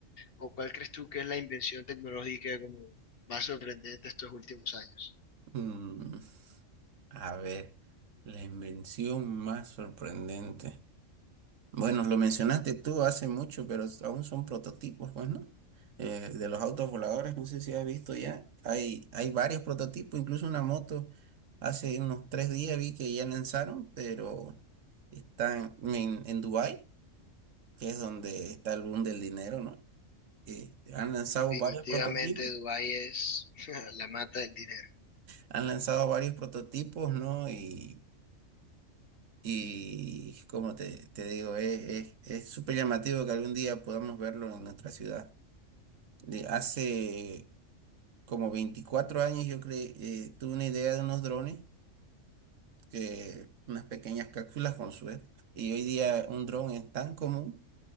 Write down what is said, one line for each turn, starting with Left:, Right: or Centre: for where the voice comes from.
Left: ¿o cuál crees tú que es la invención tecnológica como más sorprendente estos últimos años?
Right: Mm, a ver, la invención más sorprendente. Bueno, lo mencionaste tú hace mucho, pero aún son prototipos, pues, ¿no? Eh, de los autos voladores, no sé si has visto ya, hay, hay varios prototipos, incluso una moto. Hace unos tres días vi que ya lanzaron, pero están en, en Dubái, que es donde está el boom del dinero, ¿no? Eh, han lanzado
Left: Definitivamente
Right: varios prototipos,
Left: Dubái es <laughs> la mata del dinero.
Right: han lanzado varios prototipos, ¿no? Y Y como te, te digo, es, es, es súper llamativo que algún día podamos verlo en nuestra ciudad. De hace como 24 años yo creé, eh, tuve una idea de unos drones, que, unas pequeñas cápsulas con suerte. Y hoy día un dron es tan común